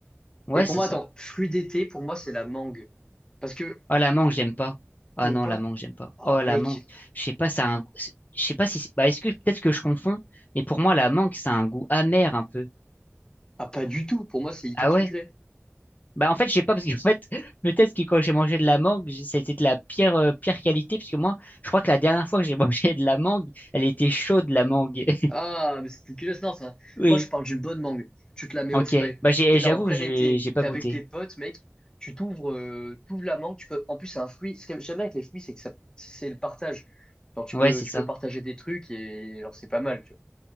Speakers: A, on the left (about 40°); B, on the left (about 20°).
A: Ouais,
B: Et pour
A: c'est
B: moi,
A: ça.
B: attends, fruit d'été, pour moi, c'est la mangue. Parce que,
A: Ah, la mangue, j'aime pas. Ah
B: t'aimes
A: non,
B: pas?
A: la mangue, j'aime pas.
B: Oh,
A: Oh,
B: mec,
A: la mangue. Je sais pas, ça a un... goût- c'est- Je sais pas si... c'est- Bah, est-ce que peut-être que je confonds, mais pour moi, la mangue, ça a un goût amer un peu.
B: ah, pas du tout. Pour moi, c'est hyper
A: Ah
B: sucré.
A: ouais? Bah en fait, je sais pas parce qu'en fait, <laughs> peut-être que quand j'ai mangé de la mangue, j- ça a été de la pire euh, pire qualité parce que moi, je crois que la dernière fois que j'ai <laughs> mangé de la mangue, elle était chaude la mangue. <laughs>
B: Ah, mais c'est dégueulasse, non, ça.
A: Oui.
B: Moi, je parle d'une bonne mangue. Tu te la mets
A: OK.
B: au frais.
A: Bah j'ai
B: T'es là
A: j'avoue,
B: en plein
A: j'ai
B: été.
A: j'ai pas
B: T'es
A: goûté.
B: avec tes potes, mec. Tu t'ouvres, euh, t'ouvres la mangue. Tu peux, en plus, c'est un fruit. Ce que j'aime bien avec les fruits, c'est que ça, c'est le partage. Genre, tu
A: Ouais,
B: peux,
A: c'est
B: tu
A: ça.
B: peux partager des trucs et genre, c'est pas mal, tu vois.